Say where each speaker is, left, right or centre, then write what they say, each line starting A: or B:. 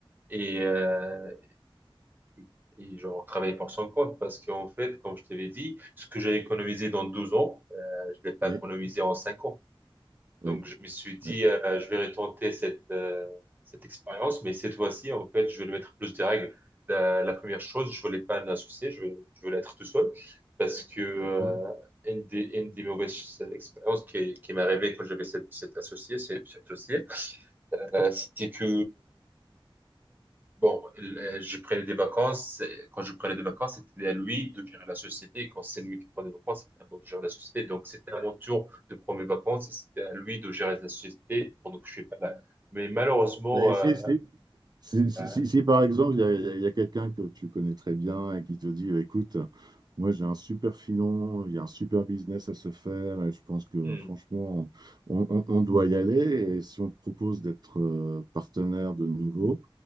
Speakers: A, on the right; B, on the right.
A: et, euh, et et genre travailler pour son compte parce qu'en fait, comme je t'avais dit, ce que j'ai économisé dans 12 ans, euh, je ne l'ai pas
B: Oui,
A: économisé en 5 ans. Donc,
B: oui,
A: je me suis dit,
B: oui,
A: euh, euh, je vais retenter cette, euh, cette expérience, mais cette fois-ci, en fait, je vais lui mettre plus de règles. La, la première chose, je voulais pas un associé, je veux, je voulais être tout seul parce que euh,
B: d'accord.
A: une des, une des mauvaises expériences qui, qui m'est arrivée quand j'avais cette, cette associée, cette, cette associée, euh, c'était que Bon, l- euh, j'ai pris des vacances. et Quand je prenais des vacances, c'était à lui de gérer la société. Et Quand c'est lui qui prend des vacances, c'était à moi de gérer la société. Donc, c'était à mon tour de prendre mes vacances. et C'était à lui de gérer la société pendant que je suis pas là. Mais malheureusement,
B: Mais
A: euh,
B: si, si, Si, si-
A: euh,
B: si- si, par exemple, il y a, il y a- il y a quelqu'un que tu connais très bien et qui te dit, écoute, moi j'ai un super filon, il y a un super business à se faire et je pense que
A: hum,
B: franchement, on, on- on doit y aller. Et si on te propose d'être euh, partenaire de nouveau,